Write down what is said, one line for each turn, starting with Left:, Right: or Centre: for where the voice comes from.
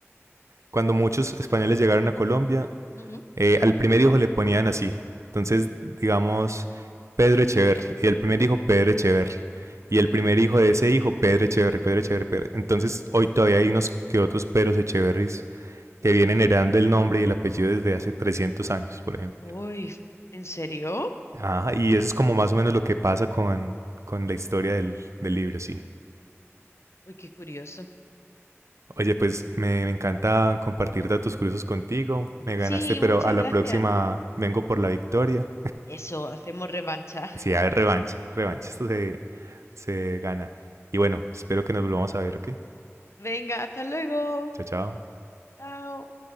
Right: cuando muchos españoles llegaron a Colombia,
Left: ujú,
Right: eh, al primer hijo le ponían así. Entonces, digamos, Pedro Echeverri. Y el primer hijo, Pedro Echeverri. Y el
Left: ujú.
Right: primer hijo de ese hijo, Pedro Echeverri, Pedro Echeverri. Pedro- Entonces, hoy todavía hay unos que otros Pedros Echeverris que vienen heredando el nombre y el apellido desde hace 300 años, por ejemplo.
Left: Uy, ¿en serio?
Right: Ah, y eso es como más o menos lo que pasa con, con la historia del, del libro, sí.
Left: Uy, qué curioso.
Right: Oye, pues me, me encanta compartir datos curiosos contigo. Me ganaste,
Left: Sí,
Right: pero
Left: muchas
Right: a la
Left: gracias.
Right: próxima vengo por la victoria.
Left: Eso, hacemos revancha.
Right: Sí, a ver, revanche, revanche. Esto se, se gana. Y bueno, espero que nos volvamos a ver, ¿ok?
Left: <laughs> Venga, hasta luego.
Right: Chao, chao.
Left: Chao.